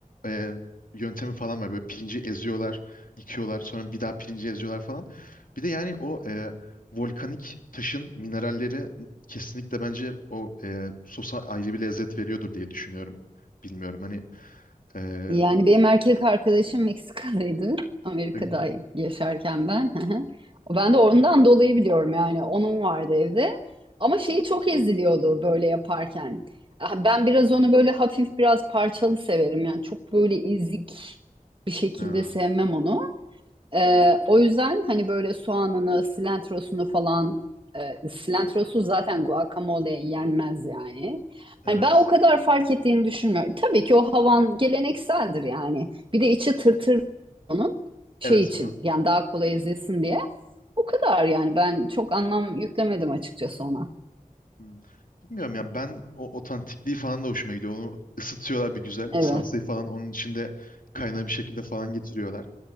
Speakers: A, on the left (about 75°); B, on the right (about 35°).
A: e, yöntemi falan var. Böyle pirinci eziyorlar, yıkıyorlar, sonra bir daha pirinci eziyorlar falan. Bir de yani o e, volkanik taşın mineralleri kesinlikle bence o e, sosa ayrı bir lezzet veriyordur diye düşünüyorum. Bilmiyorum hani e,
B: Yani benim erkek arkadaşım Meksikalıydı. <laughs> Amerika'da
A: öyle mi?
B: yaşarken ben. <laughs> Hı hı. Ben de ondan dolayı biliyorum yani. Onun vardı evde. Ama şeyi çok eziliyordu böyle yaparken. Ah, Ben biraz onu böyle hafif biraz parçalı severim. Yani çok böyle ezik bir şekilde
A: Ha,
B: sevmem onu. Ee, o yüzden hani böyle soğanını, silantrosunu falan e, silantrosu zaten guacamole'ye yenmez yani.
A: evet.
B: Hani ben o kadar fark ettiğini düşünmüyorum. Tabii ki o havan gelenekseldir yani. Bir de içi tırtır onun şey
A: Evet.
B: için yani daha kolay ezilsin diye. O kadar yani ben çok anlam yüklemedim açıkçası ona.
A: Hmm. Bilmiyorum ya ben o otantikliği falan da hoşuma gidiyor. Onu ısıtıyorlar bir güzel.
B: Evet.
A: Salsayı falan onun içinde kaynağı bir şekilde falan getiriyorlar.